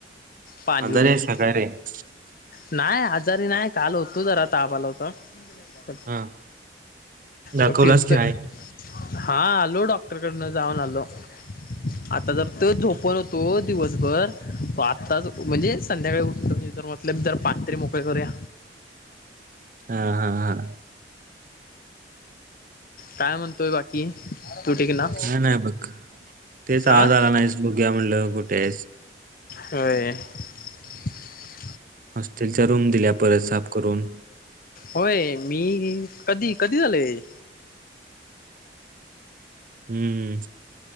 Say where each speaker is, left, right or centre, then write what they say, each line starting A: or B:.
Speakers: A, on the left; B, on the right.
A: पाणी
B: आतारे
A: उडत
B: सकारे <unintelligible>
A: नाही आजारी नाही काल होतो जरा <inaudible> ताप आला होता <inaudible>
B: हा दाखवलास
A: तर फिरतोय
B: की नाही
A: हा आलो डॉक्टरकडनं जाऊन आलो <inaudible> <inaudible> आता जर त झोपण होतो दिवसभर <inaudible> तो आत्ताच- म्हणजे संध्याकाळी उठतो तर म्हटलो तर पाय तरी मोकळे करूया
B: हा- हा -हा
A: काय म्हणतोय बाकी? <inaudible> ना
B: काय नाही बघ तेच
A: हा
B: आज आला नाहीस बघूया म्हटलं कुठेस
A: होय <inaudible>
B: हॉस्टेलच्या रूम दिल्या परत साफ करून
A: होय मी कधी- कधी झाल हे?
B: हम्म...